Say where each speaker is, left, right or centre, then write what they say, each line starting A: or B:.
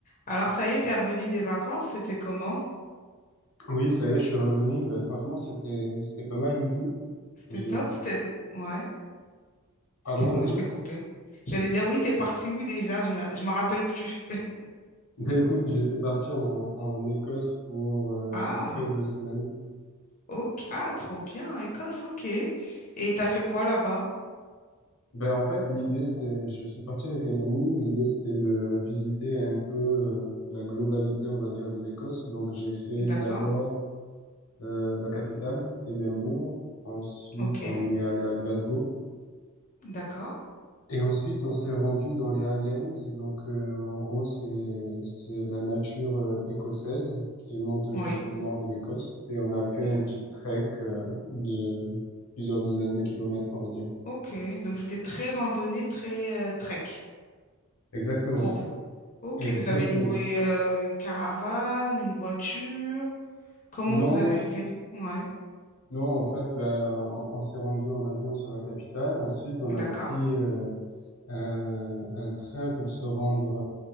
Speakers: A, on the left; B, on the left.
A: Alors, ça y est, t'es revenu des vacances, c'était comment?
B: Oui, ça y est, je suis revenu. Bah, franchement, c'était c'était pas mal du tout.
A: C'était
B: J'y
A: top,
B: ai...
A: c'était... Ouais,
B: Pardon,
A: excuse-moi,
B: vas-y.
A: je t'ai
B: <laughs>
A: coupé. J'allais dire, oui, t'es parti où déjà? Je me... je m'en rappelle plus. <laughs>
B: Bah, écoute, j'étais parti en, en Écosse pour euh,
A: Ah,
B: à peu près deux semaines.
A: ok. Ah, trop bien, Écosse, ok. Et t'as fait quoi là-bas?
B: Ben en fait, l'idée, c'était... Je suis parti avec un ami. L'idée, c'était de visiter un peu euh, la globalité, on va dire, de l'Écosse. Donc, j'ai fait
A: D'accord,
B: d'abord euh, la capitale, Édimbourg. Ensuite,
A: ok,
B: on est allé à Glasgow.
A: d'accord,
B: Et ensuite, on s'est rendu dans les Highlands. Donc, euh, en gros, c'est c'est la nature euh, écossaise qui monte
A: oui.
B: jusqu'au nord de l'Écosse. Et on a fait un
A: d'ac-
B: petit trek euh, de plusieurs dizaines de kilomètres, on va dire.
A: Ok, donc c'était très randonnée, très euh, trek
B: Exactement,
A: pour vous. Ok,
B: exactement.
A: vous avez loué euh, une caravane, une voiture. Comment
B: Non,
A: vous avez fait? Ouais,
B: non, en fait, ben, on, on s'est rendu en avion sur la capitale. Ensuite, on
A: d'accord,
B: a pris euh, un, un train pour se rendre